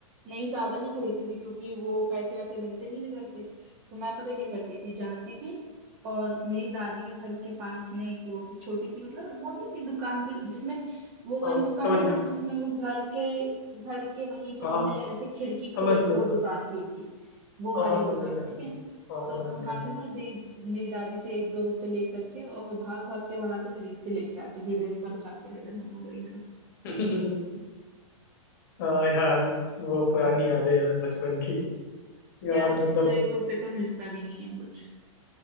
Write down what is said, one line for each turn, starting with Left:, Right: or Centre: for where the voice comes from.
Right: नहीं ज्यादा नहीं खरीदती थी क्योंकि वो पैसे वैसे मिलते नहीं थे घर से तो मैं पता क्या करती थी जाती थी और मेरी दादी के घर के पास में एक वो थी छोटी सी मतलब वो नहीं होती दुकान जि, जिसमें वो वाली
Left: हाँ
Right: दुकान
Left: समझ
Right: है
Left: गया
Right: ना, जिसमें वो घर के घर के वहीं पर
Left: तो
Right: उनने
Left: हाँ
Right: ऐसे खिड़की
Left: समझ
Right: खोल
Left: गया
Right: के वो दुकान थी उनकी वो
Left: हाँ
Right: वाली
Left: हाँ
Right: दुकान
Left: समझ गया
Right: ठीक
Left: समझ
Right: है
Left: गया हाँ
Right: तो
Left: समझ
Right: वहां
Left: गया
Right: से ना दे मेरी दादी से एक दो रुपए लेकर के और फिर भाग भाग के वहां से खरीद के लेके आती थी दिन भर खाते रहते थे हम लोग वही सब
Left: <laughs> हाँ यार वो पुरानी यादें यार बचपन की यार
Right: यार अब
Left: मतलब
Right: तो एक रुपए का मिलता भी नहीं है कुछ